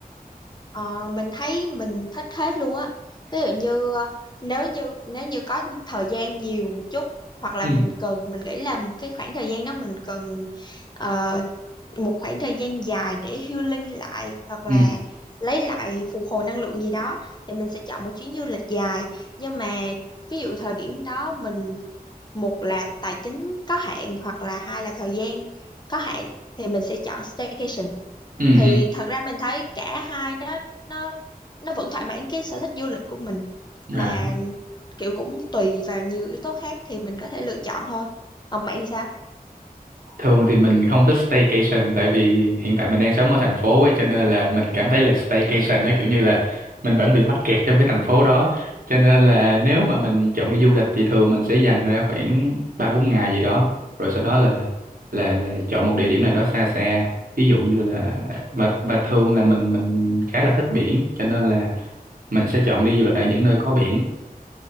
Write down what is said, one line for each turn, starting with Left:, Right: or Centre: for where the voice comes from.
Left: Ờ, mình thấy mình thích hết luôn á. Ví dụ như ờ, nếu như nếu như có thời gian nhiều một chút hoặc là
Right: ừ
Left: mình cần mình nghĩ là cái khoảng thời gian đó mình cần ờ, một khoảng thời gian dài để healing lại hoặc là
Right: ừ
Left: lấy lại phục hồi năng lượng gì đó thì mình sẽ chọn một chuyến du lịch dài. Nhưng mà ví dụ thời điểm đó mình một là tài chính có hạn hoặc là hai là thời gian có hạn thì mình sẽ chọn staycation
Right: ừ
Left: thì
Right: ừ.
Left: thật ra mình thấy cả hai nó nó nó vẫn thỏa mãn cái sở thích du lịch của mình mà
Right: à
Left: kiểu cũng tùy vào nhiều yếu tố khác thì mình có thể lựa chọn thôi còn bạn thì sao
Right: Thường thì mình không thích staycation tại vì hiện tại mình đang sống ở thành phố ấy, cho nên là mình cảm thấy là staycation nó kiểu như là mình vẫn bị mắc kẹt trong cái thành phố đó. Cho nên là nếu mà mình chọn đi du lịch thì thường mình sẽ dành ra khoảng 3 4 ngày gì đó. Rồi sau đó là là là chọn một địa điểm nào đó xa xa. Ví dụ như là và và thường là mình mình khá là thích biển cho nên là mình sẽ chọn đi du lịch ở những nơi có biển.